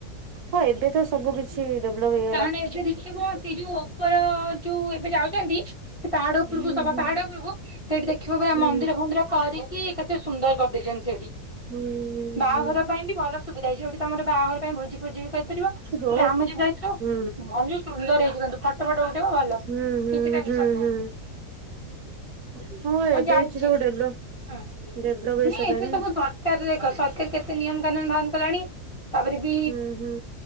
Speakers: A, on the right (about 75°); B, on the left (about 35°).
A: ହଁ ଏବେ ତ ସବୁ କିଛି ଛି ଡେଭଲପ ହେଇ
B: କାରଣ ଏବେ ଦେଖିବ ସେ ଯୋଉ ଉପର ଯୋଉ ଏବେ ଯାଉଛନ୍ତି ସେ ପାହାଡ
A: ହୁଁ
B: ଉପରକୁ ସବା
A: ହୁଁ
B: ପାହାଡ ଉପରକୁ ସେଇଠି ଦେଖିବ ପୁରା
A: ହୁଁ
B: ମନ୍ଦିର ଫନ୍ଦିର କରିକି କେତେ ସୁନ୍ଦର କରିଦେଇଛନ୍ତି ସେଇଠି।
A: ହୁଁ।
B: ବାହାଘର
A: ହୁଁ
B: ପାଇଁ ବି ଭଲ ସୁବିଧା ହେଇଚି। ଯୋଉଠି ତମର ବାହାଘର ପାଇଁ ଭୋଜି ଫୋଜି ବି କରିପାରିବ। ତାପରେ
A: ରୋ
B: ଆମେ ଯୋଉ ଯାଇଥିଲୁ
A: ହୁଁ
B: ଭଲ ସୁନ୍ଦର ହେଇଚି କିନ୍ତୁ। ଫଟୋ ଫଟ ଉଠେଇବ ଭଲ।
A: ହୁଁ ହୁଁ
B: କିଛି ଟେନ୍ସନ
A: ହୁଁ
B: ନାହିଁ।
A: ହୁଁ ହୁଁ
B: ହଁ
A: ଏବେ
B: ଯାଇଚି।
A: କିଛି ସବୁ ଡେଭଲପ
B: ମାନେ
A: ଡେଭଲପ ହେଇସାରିଲାଣି
B: ଏଠି ସବୁ
A: ନା
B: ସରକାର ଦେଖ ସରକାର କେତେ ନିୟମ କାନୁନ ବାହାର କଲାଣି। ତାପରେ ବି
A: ହୁଁ ହୁଁ